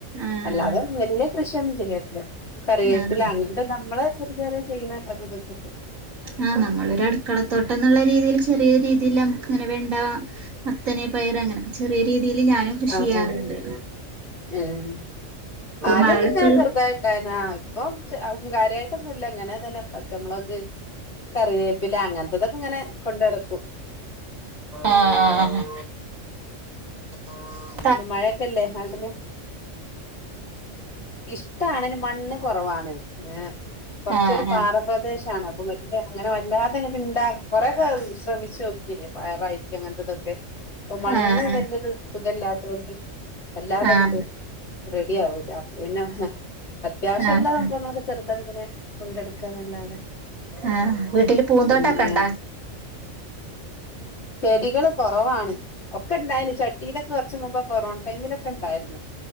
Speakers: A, on the right (about 85°); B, on the left (about 55°).
A: ആഹ്
B: അല്ലാതെ
A: ആഹ്
B: വല്യ കൃഷിയൊന്നും ചെയ്യാറില്ല കറിവേപ്പിലാങ്ങനെ
A: ആഹ്
B: പ്പ നമ്മളെ ചെറിയ ചെറിയ ചെയ്യുന്ന അതുതൊക്കെണ്ട്
A: ആഹ് നമ്മളൊരു അടുക്കളത്തോട്ടം ന്നുള്ള രീതിയില് ചെറിയ രീതിയില് നമ്മക്ക്ങ്ങനെ വെണ്ട മത്തന് പയറ് അങ്ങനൊക്കെ ചെറിയ രീതിയില് ഞാനും കൃഷി
B: ആഹ്
A: ചെയ്യാറ്ണ്ട്
B: ആഹ് ഏഹ് ആദ്യൊക്കെ
A: മഴൊക്കെ
B: ങ്ങനെ ചെറുതായിണ്ടായിന്ന് ആഹ് ഇപ്പം കാര്യായിട്ടൊന്നുല്ല ഇങ്ങനെ തന്നെ പച്ചമൊളക് കറിവേപ്പില അങ്ങനത്തതൊക്കെ ഇങ്ങനെ കൊണ്ട് നടക്കും
A: ആഹ് ആഹ്
B: ഉം
A: <inaudible>
B: പിന്നെ മഴൊക്കെല്ലേ നാട്ടില് ഇഷ്ട്ടാണ് അയിന് മണ്ണ് കൊറവാണ് ഏഹ് കൊറച്ചൊരു
A: ആഹ്
B: പാറ പ്രദേശാണ് അപ്പൊ വല്ല അങ്ങനെ വല്ലാതെങ്ങട്ട് ണ്ടാ കൊറേക്കെ ശ്രമിച്ചു നോക്കിനി പയറായി ട്ടങ്ങനത്തതൊക്കെ പ്പൊ മണ്ണ്
A: ആഹ്
B: വല്യൊരു സുഖല്ലാത്തോണ്ട് വല്ലാതങ്ങട്ട്
A: ആഹ്
B: റെഡി ആവൂല പിന്നെ അത്യാവശ്യള്ള
A: ആഹ്
B: സംഭവങ്ങളൊക്കെ ചെറുതൊക്കെങ്ങനെ കൊണ്ടടക്കാന്നല്ലാതെ
A: ആഹ് വീട്ടില് പൂന്തോട്ടൊക്കെ
B: പിന്നെ
A: ഇണ്ടാ
B: ചെടികള് കൊറവാണ് ഒക്കെ ണ്ടായിനി ചട്ടിലൊക്കെ കൊർച്ച് മുമ്പേ കൊറോണ ടൈമിലൊക്കെ ണ്ടായിർന്നു.